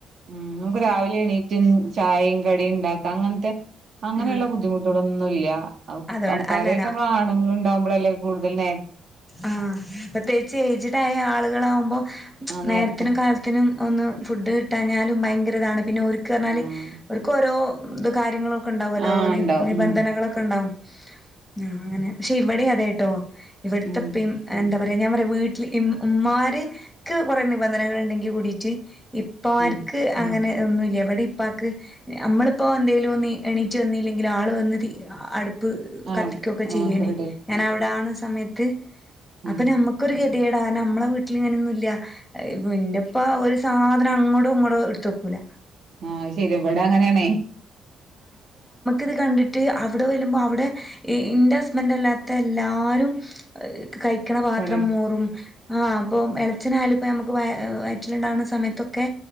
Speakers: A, on the right (about 55°); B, in the centre.
A: ഉം നമുക്ക് രാവിലെ എണീറ്റ് ചായേം കടിയും ഇണ്ടാക്ക അങ്ങൻത്തെ അങ്ങനെള്ള
B: ആഹ്
A: ബുദ്ധിമുട്ടുകളൊന്നും ഇല്ലാ ഔ
B: അതോണ്ട്
A: നമുക്കാര്യായിട്ട്
B: അല്ല ഞാ
A: നമ്മള് ആണ്ങ്ങള് ഇണ്ടാവ് വെല കൂതൽനെ
B: ആഹ് പ്രത്യേകിച്ച് ഏയ്ജഡായ ആളുകളാവുമ്പോ
A: ആഹ് നേരത്തെ
B: നേരത്തിനും കാലത്തിനും ഒന്ന് ഫുഡ് കിട്ടഞ്ഞാലും ഭയങ്കരതാണ് പിന്നെ ഓര്ക്ക പറ്ഞ്ഞാല്
A: ആഹ്
B: ഒര്ക്ക് ഓരോ ഇത് കാര്യങ്ങളും ക്കെ ഇണ്ടാവൊല്ലോ
A: ആഹ് ഉണ്ടാവും
B: നിബന്ധനകളൊക്കെ
A: ഉം
B: ഇണ്ടാവും ഉം അങ്ങനെ പക്ഷെ ഇവിടെ അതേട്ടോ ഇവിട്ത്തെ
A: ഉം
B: ഇപ്പിം എന്താ അവര ഞാൻ പറയാ വീട്ടില് ഇം ഉമാര് ക്ക് കൊറെ നിബന്ധനകൾ ഇണ്ടെങ്കി കൂടിട്ട് ഇപ്പാര്ക്ക്
A: ഉം
B: അങ്ങനെ ഒന്നുല്ല ഇവടെ ഇപ്പാക്ക് നമ്മള് ഇപ്പോ എന്തേലു ഒന്ന് എണീച്ചു വന്നീല്ലെങ്കില് ആള് വന്ന് തീ അ അട് പ്പ്
A: ആഹ്
B: കത്തിക്കൊക്കെ ചെയ്യോനി
A: ആക്കെ റെഡി ആക്കി
B: ഞാനവ്ടെ ആവ്ണ സമയ ത്
A: ഉം
B: അപ്പൊ നമ്മക്കൊരു ഹെൽ ല്ലടാ കാരണം നമ്മളെ വീട്ടില് ഇങ്ങനൊന്നുല്ല ഇന്റെപ്പ ഒരു സാധനം അങ്ങോടോ ഇങ്ങോട്ടോ എട്ത്ത് വെക്കൂല
A: ആഹ് അഹ്ശെരിയാ ഇവടെ അങ്ങനെയാണേ
B: ഇത് കണ്ടിട്ട് അവിടെ വരുമ്പോ അവിടെ ഇന്റെ ഹസ്ബൻ്റ് അല്ലാത്ത എല്ലാരും അ് കഴിക്ക്ണ പാത്രം
A: പണിയെടു
B: മോറും ആഹ് അപ്പൊം എളച്ചനായാലുപ്പോ ഞമ്മക്ക് വ വയറ്റില്ണ്ടാവ്ണ സമയത്തൊക്കെ